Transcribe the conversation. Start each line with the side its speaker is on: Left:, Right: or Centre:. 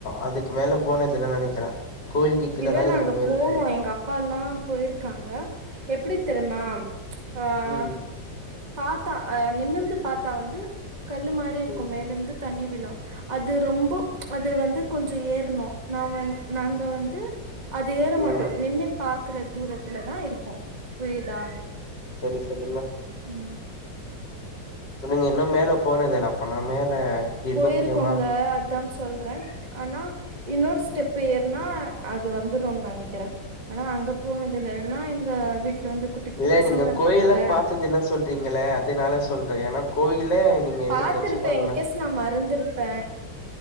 Left: அதுக்கு மேல போனது இல்லனு நெனைக்கிறே கோவில்க்கு கீழ
Right: இல்ல
Left: தா நீங்க
Right: நாங்க
Left: போயிருக்கீங்க
Right: போவோ எங்க அப்பா எல்லா போயிருக்காங்க எப்டி தெரிமா ஆ
Left: உம்
Right: பாத்தா அ நிமிந்து பாத்தா வந்து கல்லு மாரி இருக்கு
Left: ம்
Right: மேலந்து தண்ணி விழு அது ரொம்போ அது வந்து கொஞ்சோ ஏர்ணு நா வந் நாங்க வந்து அது ஏற
Left: ம்
Right: மாட்டோ நின்னு பாக்குற தூரத்துல தா இருப்போ புரிதா
Left: சரி சரிங்க
Right: உம்
Left: நீங்க இன்னும் மேல போனது இல்ல அப்பன்ன மேல எப்டி இருக்குன்
Right: போயிருக்கோங்க
Left: தெரியுமா
Right: அதா சொல்றே ஆனா இன்னொரு ஸ்டெப் ஏறுனா அது வந்துரும்னு நெனைக்கிறே ஆனா அங்க போனது இல்ல இல்லன்னா எங்க வீட்ல வந்து குட்டி குட்டி
Left: இல்ல
Right: பசங்க
Left: நீங்க
Right: இருக்காங்கல்ல
Left: கோயிலே பாத்தது இல்ல சொல் ட் நீங்களே அதா சொல்றே ஏன்னா கோயிலே நீங்க இன்னும்
Right: பாத்திருப்பே
Left: டச் பண்ணல
Right: இன்கேஸ் நா மறந்திருப்பே